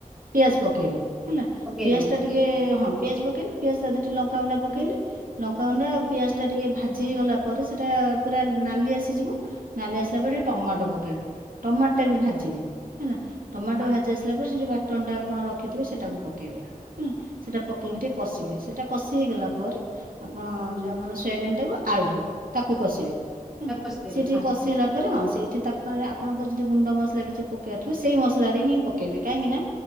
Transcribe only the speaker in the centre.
ପକେଇଦବ
ହଁ
ହଁ
ହଁ
ତାକୁ କଷିଦେବେ
ହଁ